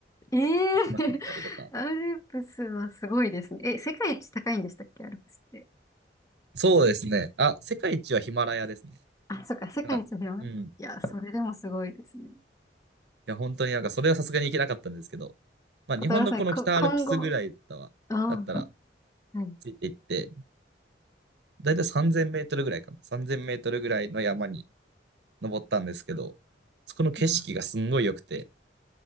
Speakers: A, on the left; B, on the right.
A: ええー、
B: きまくったりとか。
A: <laughs> アルプスはすごいですね。え、世界一高いんでしたっけ、アルプスって。
B: そうですね。あ、世界一はヒマラヤですね。
A: あ、そっか、世界一広い。
B: だからうん。
A: いや、それでもすごいですね。
B: や、本当になんか、それはさすがに行けなかったんですけど、まあ、
A: 小太郎さん、
B: 日本のこの北アルプスぐらいだわ、
A: こ、今後、あ
B: だったら、
A: あ、はい。
B: ついていって、だいたい3000メートルぐらいかな。3000メートルぐらいの山に登ったんですけど、そこの景色がすんごい良くて、
A: 今